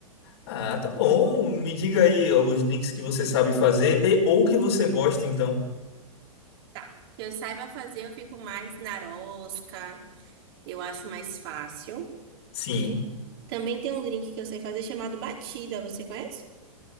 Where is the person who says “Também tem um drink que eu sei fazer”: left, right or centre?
Right